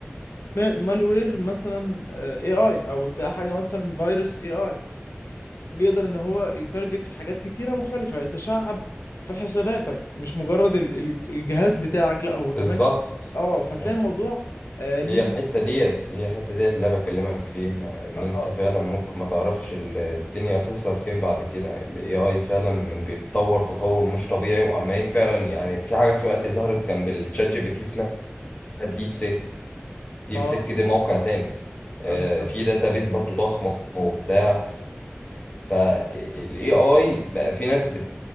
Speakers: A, on the left; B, on the left.
A: مالوير مثلا اي اي او تلاقي حاجه مثلا فيروس اي اي بيقدر ان هو يتارجت في حاجات كتيره مختلفه يتشعب في حساباتك مش مجرد ال- ال- الجهاز بتاعك لا هو كمان
B: بالظبط
A: اه فتلاقي
B: فاهم.
A: الموضوع آه
B: هي
A: ليه
B: الحتة ديت هي الحتة ديت اللي أنا بكلمك فيها إن أنت
A: اه
B: فعلا ممكن ما تعرفش ال- الدنيا توصل فين بعد كده ال AI فعلا بيتطور تطور مش طبيعي وعمالين فعلا يعني في حاجة اسمها دلوقتي ظهرت جنب الشات جي بي تي اسمها ديب سيك ديب
A: اه
B: سيك دي موقع تاني آه،
A: آه، بالظبط
B: في داتابيز برضو ضخمة وبتاع فالاي اي بقى في ناس بت